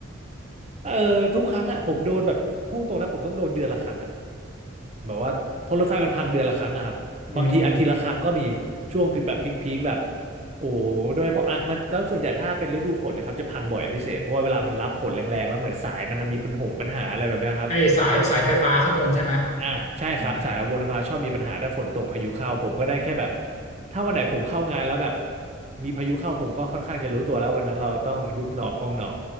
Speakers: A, on the right; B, on the left.
A: เออทุกครั้งอะผมโดนแบบพูดตรงนะผมต้องโดนเดือนละครั้งอะแบบว่าเพอรถไฟมันพังเดือนละครั้งอะครับบางทีอาทิตย์ละครั้งก็มี
B: อืม
A: ช่วงพีคแบบพีคๆแบบโอ้โหโดยเฉพาะอ่ะมันแล้วส่วนใหญ่ถ้าเป็นฤดูฝนเนะครับจะพังบ่อยเป็นพิเศษเพราะว่าเวลามันรับฝนแรงๆแล้วเหมือนสายมันมีปัญหงปัญหาอะไรแบบเนี้ยครับ
B: ไอสายสายไฟฟ้าข้างบนใช่ไหม
A: อ่าใช่ครับสายบนฟ้าชอบมีปัญหาถ้าฝนตกพายุเข้าผมก็ได้แค่แบบ
B: อืม
A: ถ้าวันไหนผมเข้างานแล้วแบบมีพายุเข้าผมก็ค่อนข้างจะรู้ตัวแล้ววันนั้นเราต้องยุบหนอพองหนอ